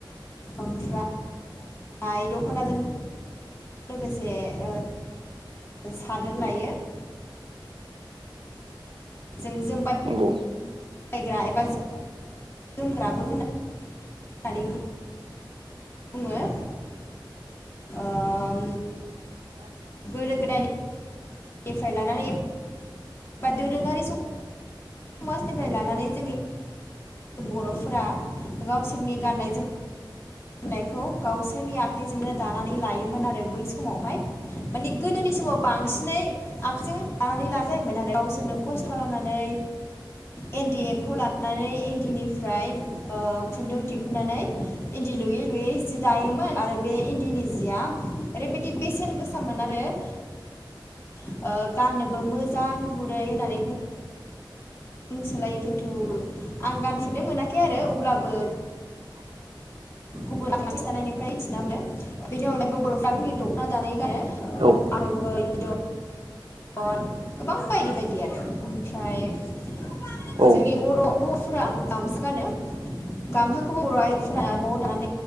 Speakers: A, on the left (about 30°); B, on the right (about 85°).
A: ओमफ्राय आइ दखनाजों लोगोसे ओ सादोर लायो जों जोमबाय
B: नंगौ
A: बायग्रा एबा जोमग्राबो होननानै होननानै बुङ बुङो
B: <unintelligible>
A: ओम, गोदो गोदायनिनिफ्राय लानानै ए बा दोरोङारि सम समाजनिफ्राय लानानै जोंनि बरफोरा गावसोरनि गाननाय जोमनायोमनायखौ गावसोरनि आख आखाइजोंनो दानानै लायोमोन आरो बै समावहाय मानि गोदोनि समाव बांसिनै आखाइजों बानानै ला जायोन आरो गावसोरनो खस्थ खालामनानै इन्दि एम्फौ लानानै इन्दिनिफ्राय ओ खुन्दुं दिहुननानै इन्दि लुयै लुयै जि दायोमोन आरो बे इन्दिनि जिया ओरैबायदि बेसेन गोसामोन आरो ओ गाननोबो मोजां गुरै होननानै बु ओं सोलायो खिन्थु आं गानफेरदों मोनाखै आरो अब्लाबो
B: <unintelligible>
A: गुबुन आ ख दानायनिफ्राय थिन्ना मोनो बेनि अनगायबो बर'फ्रा दख'ना दानाय गानो
B: औ
A: <unintelligible> ओ गोबां बायदि बायदि आरो ओमफ्राय जोंनि
B: औ
A: बर हौवाफ्रा गामसो गानो गामसाखौबो बर आइफोरा न द